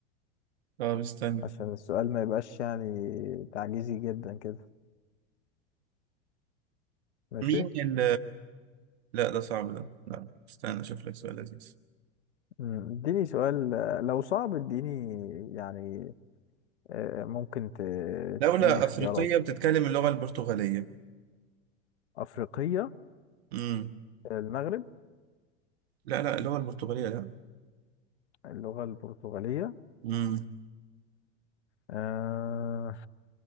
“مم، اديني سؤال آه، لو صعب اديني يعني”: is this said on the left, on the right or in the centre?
Left